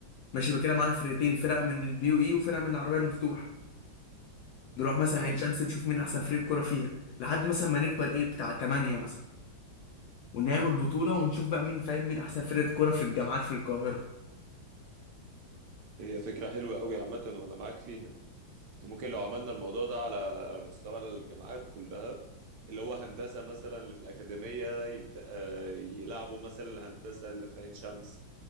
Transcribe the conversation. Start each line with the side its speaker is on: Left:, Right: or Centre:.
Left: ماشي يبقى كده معانا فرقتين فرقه من البي يو اي وفرقه من العربيه المفتوح نروح مثلا
Right: حلو
Left: عين شمس نشوف مين احسن فريق كوره فيها لحد مثلا ما نكبر ايه بتاع 8 مثلا ونعمل بطوله ونشوف بقى مين فاهم مين احسن فرقه كوره في الجامعات في القاهره
Right: هي فكره حلوه قوي عامه وانا معاك فيها ممكن لو عملنا الموضوع ده على مستوى الجامعات كلها اللي هو هندسه مثلا اللي في الاكاديميه يمت... آه، يلعبوا مثلا الهندسه اللي في عين شمس